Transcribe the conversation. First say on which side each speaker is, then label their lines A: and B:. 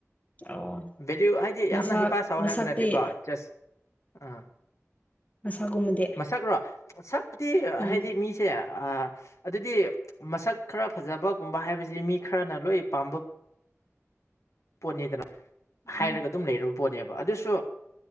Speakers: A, on the left; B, on the left.
A: ꯑꯣ
B: ꯚꯦꯂꯌꯨ ꯍꯥꯏꯗꯤ ꯌꯥꯝꯅ
A: ꯃꯁꯛ
B: ꯍꯤꯄꯥ ꯁꯥꯎ
A: ꯃꯁꯛꯇꯤ
B: ꯍꯥꯏꯕ ꯅꯠꯇꯦꯀꯣ ꯆꯁ ꯑꯥ
A: ꯃꯁꯛꯒꯨꯝꯕꯗꯤ
B: ꯃꯁꯛ ꯔꯣ ꯁꯛꯄꯨꯗꯤ
A: ꯎꯝ
B: ꯍꯥꯏꯗꯤ ꯃꯤꯁꯦ ꯑꯗꯨꯗꯤ ꯃꯁꯛ ꯈꯔ ꯐꯖꯕꯒꯨꯝꯕ ꯍꯥꯏꯕꯁꯤ ꯃꯤ ꯈꯔꯅ ꯂꯣꯏ ꯄꯥꯝꯕ ꯄꯣꯠꯅꯦꯗꯅ ꯍꯥꯏꯔꯒ
A: ꯎꯝ
B: ꯑꯗꯨꯝ ꯂꯩꯔꯨꯕ ꯄꯣꯠꯅꯦꯕ ꯑꯗꯨꯁꯨ